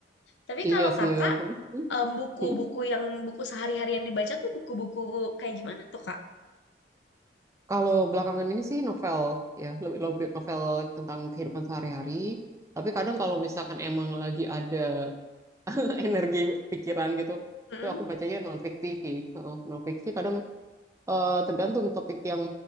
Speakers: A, on the left; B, on the right.
A: Tapi
B: Iya
A: kalau
B: sih
A: Kakak
B: ya. Mm, mm,
A: em, buku-buku
B: mm.
A: yang buku sehari-hari yang dibaca tuh buku-buku kayak gimana tuh Kak?
B: Kalau belakangan ini sih novel ya, lebih lebih novel tentang kehidupan sehari-hari. Tapi kadang kalau misalkan emang lagi ada <laughs> energi pikiran gitu
A: Hmm.
B: itu aku bacanya non fiksi sih Heeh, non fiksi kadang eh, tergantung topik yang